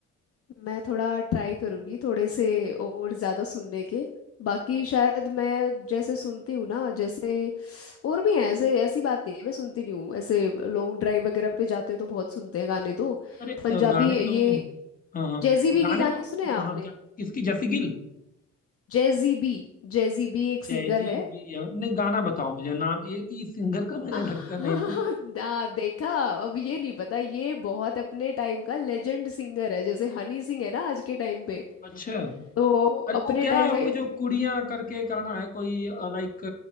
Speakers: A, on the left (about 50°); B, on the left (about 30°).
A: मैं थोड़ा ट्राई करूंगी थोड़े से और ज्यादा सुनने के बाकी शायद मैं जैसे सुनती हूँ ना जैसे और भी हैं ऐसे ऐसी बात नहीं है मैं सुनती नहीं हूँ ऐसे लॉन्ग ड्राइव वगैरह पे जाते हैं तो बहुत सुनते हैं गाने तो
B: अरे
A: पंजाबी
B: अ, गाने तो
A: ये
B: हाँ हाँ
A: जैजी बी
B: गाने
A: के गाने
B: तो
A: सुने हैं आपने
B: हाँ क्या किसकी जैसी गिल
A: जेजी बी जेजी बी एक
B: जय
A: सिंगर
B: जी
A: है
B: भी हाँ। नहीं गाना बताओ मुझे नाम ये इस सिंगर
A: <laughs>
B: का मैंने
A: हाँ,
B: लगता है नहीं सुना
A: ना देखा अब ये नहीं पता ये बहुत अपने टाइम का लेजेंड सिंगर है जैसे हनी सिंह है ना आज के टाइम पे
B: अच्छा
A: तो
B: अरे
A: अपने
B: वो क्या
A: टाइम
B: है
A: का ये
B: वो जो कुड़ियाँ करके गाना है कोई लाइक